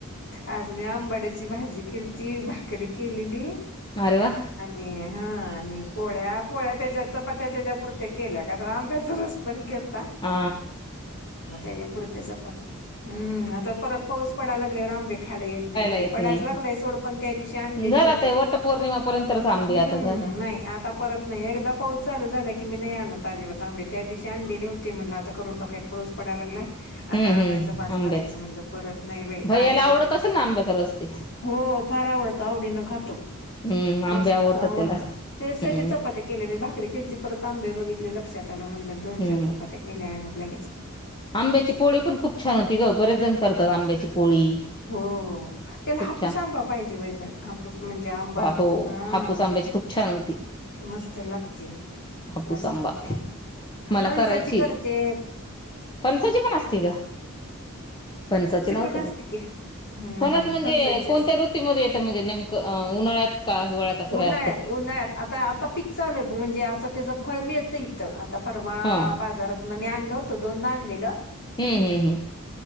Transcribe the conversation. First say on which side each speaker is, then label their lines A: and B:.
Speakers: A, on the left (about 55°); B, on the left (about 20°).
A: आज मी आंबाड्याची भाजी केलती भाकरी केलेली.
B: अरे वा
A: आणि हा आणि पोळ्या... पोळ्या त्याच्या चपात्या त्याच्यापुरत्या केल्या का तर आंब्याचं रस पण केलं...
B: आ
A: म त्याच्या पुरत्या चपाती हम्म आता परत पाऊस पडायला लागलेवर आंबे... खायला येत नाहीत बाई,
B: येत
A: पडायचं
B: नाही
A: लागलाय सोड पण त्या दिवशी आणलेले
B: झाला
A: होते.
B: ते वट पौर्णिमापर्यंतच आंबे
A: हम्म
B: आता झालं
A: नाही आता परत नाही एकदा पाऊस चालू झाला की मी नाही आणत अजिबात आंबे, त्या दिवशी आणलेली होती म्हणलं आता करून टाकुयात पाऊस पडाय लागलाय.
B: हम्म
A: आता
B: हम्म
A: आणायच बास
B: आंब्याच
A: करायचं म्हणलं परत नाही बाई आळ्या
B: भैयाला
A: होत्यात.
B: आवडत असेल ना आंब्याचा रस ते
A: हो फार आवडतो आवडीनं खातो.
B: हम्म आंबे
A: मस्त
B: आवडतात
A: आवडत,
B: त्याला हम्म
A: ते साठी चपात्या केल्या बाई भाकरी केलती परत आंबे बघित व लक्षात आलं म्हणलं दोन-चार
B: हम्म
A: चपात्या केल्या आणि लगेच
B: आंब्याची पोळी पण खूप छान होती गं, बरेच जण करतात आंब्याची पोळी.
A: हो त्याला
B: खूप
A: हापूस
B: छान
A: आंबा पाहिजे बाई पण हापूस म्हणजे आंबा
B: हो
A: हा.
B: हापूस आंब्याची खूप छान होती.
A: मस्त लागती.
B: हापूस
A: मस्त
B: आंबा
A: हो त्या
B: मला
A: फणसाची
B: करायची
A: करतेत.
B: फणसाची पण असती का? फणसाची नव्हती
A: पण असते
B: ब
A: की हम्म
B: फणस म्हणजे
A: फणसाची
B: कोणत्या
A: असते.
B: ऋतूमध्ये येतं म्हणजे नेमकं उन्हाळ्यात का हिवाळ्यात असं
A: उन्हाळ्यात
B: काय असतं
A: उन्हाळ्यात आता आता पिक चालूय म्हणजे आता त्याचं फळ मिळतं इथं आता परवा
B: हा
A: बाजारातनं मी आणलं होतं, दोनदा आणलेलं
B: हम्म हम्म हम्म.